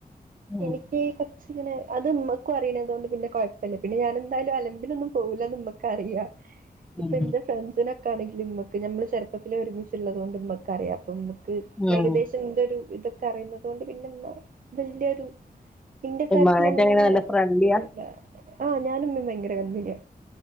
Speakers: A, in the centre; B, on the right (about 65°).
A: ഉം
B: എനിക്ക് ഈ കൊച്ചിങ്ങനെ അത്ഇമ്മക്കും അറിയ്ണതുകൊണ്ട് പിന്നെ കൊഴപ്പല്ല, പിന്നെ ഞാനെ ന്തായാലും അലമ്പിനൊന്നും പോ വൂലാന്ന് ഇമ്മക്ക് അറിയാ ഇപ്പൊ
A: ഉം
B: ഇന്റെ ഫ്രണ്ട്സിനൊ ഇൻക്കാണെങ്കിലിമ്മക്ക് ഞമ്മള് ചെറുപ്പത്തില് ഒരുമിച്ചുള്ളതോണ്ട് ഇമ്മക്ക് അറിയാം അപ്പം ഇമ്മക്ക്
A: ഉം.
B: ഏകദേശം ഇന്റൊരു ഇതൊക്കെ അറിയുന്നതോണ്ട് പിന്നെ ഇന്നാ വല്യരു ഇന്റെ കാര്യത്തില്
A: ഉമ്മാനായിട്ട്
B: അങ്ങനെ
A: എങ്ങനെ നല്ല ഫ്രണ്ട്ലിയാ
B: ഇതല്ല ആഹ് ഞാനും ഇമ്മിം ഭയങ്കര കമ്പിനിയ